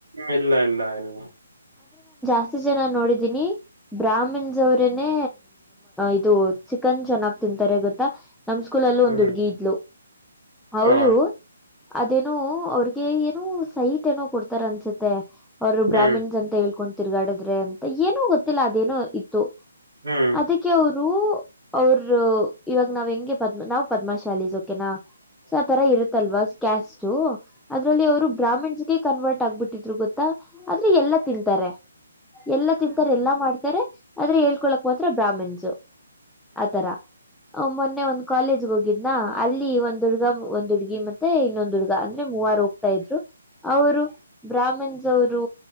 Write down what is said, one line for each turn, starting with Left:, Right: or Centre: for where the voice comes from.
Right: ಇಲ್ಲ ಇಲ್ಲ ಇಲ್ಲ
Centre: ಅಷ್ಟು ಜನ ನೋಡಿದೀನಿ ಬ್ರಾಹ್ಮಿನ್ಸ್ ಅವರೇನೆ ಇದು ಚಿಕನ್ ಚೆನ್ನಾಗ್ತ ತಿಂತಾರೆ ಗೊತ್ತಾ ನಮ ಸ್ಕೂಲ್ ಅಲ್ಲೂ
Right: ಹ್ಮ್
Centre: ಒಂದು ಹುಡ್ಗಿ ಇದ್ಲು ಅವಳು
Right: ಹಾ
Centre: ಅದೇನೋ ಅವ್ರಿಗೆ ಏನೋ ಸೈಟ್ ಏನೋ ಕೊಡ್ತಾರ ಅನ್ಸುತ್ತೆ ಅವರು ಬ್ರಾಹ್ಮಿನ್ಸ್
Right: ಹ್ಮ್
Centre: ಅಂತ ಹೇಳ್ಕೊಂಡ್ ತಿರ್ಗಾಡಿದ್ರೆ ಅಂತ ಏನೋ ಗೊತ್ತಿಲ್ಲ ಅದೇನೋ ಇತ್ತು
Right: ಹ್ಮ್
Centre: ಅದಕ್ಕೆ ಅವರು ಅವರು ಇವಾಗ ನಾವ್ ಹೆಂಗೆ ಪದ್ಮ ನಾವ್ ಪದ್ಮಶಾಲೀಸ್ ಕೆನಾ ಸೊ ಆ ತರ ಇರುತ್ತಲ್ವಾ ಕ್ಯಾಸ್ಟ ಅದ್ರಲ್ಲಿ ಅವ್ರು ಬ್ರಾಹ್ಮಿಣ್ಸ್ಗೆ ಕನ್ವರ್ಟ್ ಆಗ್ಬಿಟ್ಟಿದ್ರು ಗೊತ್ತಾ ಆದ್ರೆ ಎಲ್ಲ ತಿಂತಾರೆ ಎಲ್ಲ ತಿಂತಾರೆ ಎಲ್ಲ ಮಾಡ್ ಆದ್ರೆ ಹೇಳ್ಕೊಳಕ್ ಮಾತ್ರ ಬ್ರಾಹ್ಮಿಣಸ ಆತರ ಮೊನ್ನೆ ಒಂದ ಕಾಲೇಜ್ ಹೋಗಿದ್ನಾ ಅಲ್ಲಿ ಹದುಡ್ಗ ಒಂದ್ ಹುಡ್ಗಿ ಮತ್ತೆ ಇನ್ನೊಂದು ಹುಡ್ಗ ಅಂದ್ರೆ ಮೂವಾರ ಹೋಗ್ತಾ ಇದ್ರು ಅವರು ಬ್ರಾಹ್ಮಣ ಅವರು